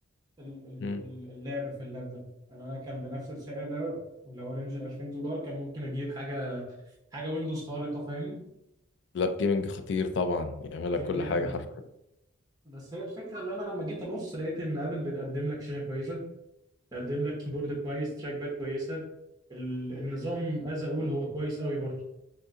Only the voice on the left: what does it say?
مم.
لاب جيمنج خطير طبعا يعمل
لك كل
حاجه حرفيا